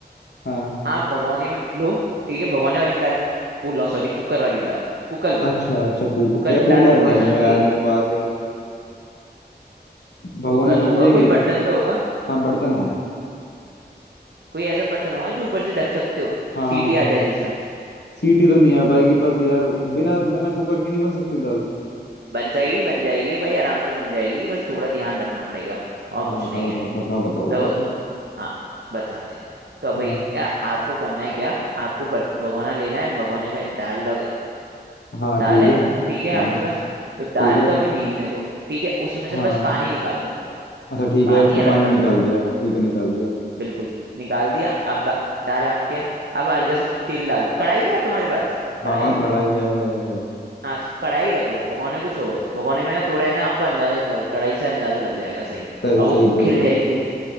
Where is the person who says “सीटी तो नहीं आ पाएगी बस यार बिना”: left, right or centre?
Left